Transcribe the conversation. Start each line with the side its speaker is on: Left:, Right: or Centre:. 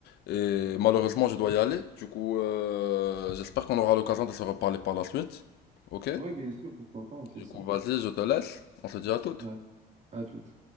Left: Et malheureusement, je dois y aller. Du coup, euh, j'espère qu'on aura l'occasion de se reparler par la suite. Ok?
Right: Ouais, bien sûr, pourquoi pas, on fait
Left: Du
Right: ça.
Left: coup, vas-y, je te laisse. On se dit à toutes.
Right: À, à toute.